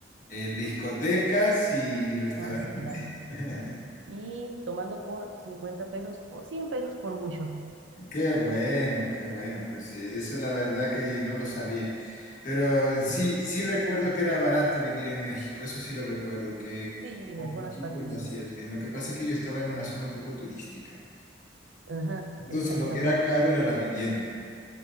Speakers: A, on the left (about 45°); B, on the right (about 85°).
A: eh, discotecas y restaurantes.
B: Ah, sí, claro.
A: <laughs>
B: Y tomando por 50 pesos o 100 pesos por mucho.
A: Qué bueno, qué bueno, pues sí, eso la verdad que no lo sabía, pero sí, sí recuerdo que era barato vivir en México, eso sí lo recuerdo, que
B: Sí,
A: con
B: en algunas
A: poquito
B: partes
A: lo hacías
B: sí.
A: bien. Lo que pasa es que yo estaba en una zona un poco turística,
B: Ajá,
A: entonces
B: exactamente.
A: lo que era caro era la vivienda,